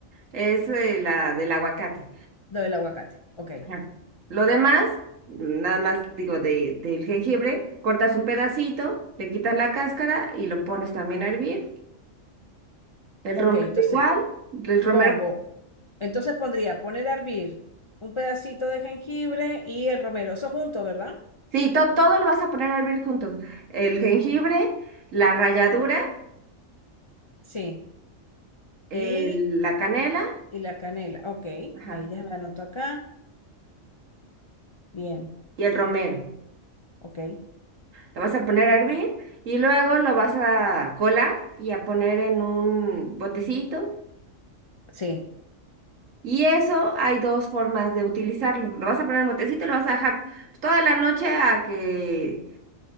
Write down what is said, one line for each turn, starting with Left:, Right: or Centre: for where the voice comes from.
Right: es eh, la del aguacate.
Left: Lo del aguacate. Ok.
Right: Ajá. Lo demás, nada más digo de- del jengibre, cortas un pedacito, le quitas la cáscara y lo pones también a hervir. El
Left: Ok,
Right: romero
Left: entonces
Right: igual, el romero,
Left: pongo, entonces pondría poner a hervir un pedacito de jengibre y el romero. Eso junto, ¿verdad?
Right: sí, to- todo lo vas a poner a hervir juntos. El jengibre, la ralladura,
Left: Sí.
Right: el-
Left: Y,
Right: la canela,
Left: y la canela. Ok.
Right: ajá,
Left: Ahí ya me anoto acá. Bien.
Right: y el romero.
Left: Ok.
Right: Lo vas a poner a hervir y luego lo vas a colar y a poner en un botecito.
Left: Sí.
Right: Y eso hay dos formas de utilizarlo. Lo vas a poner en botecito y lo vas a dejar pues, toda la noche a que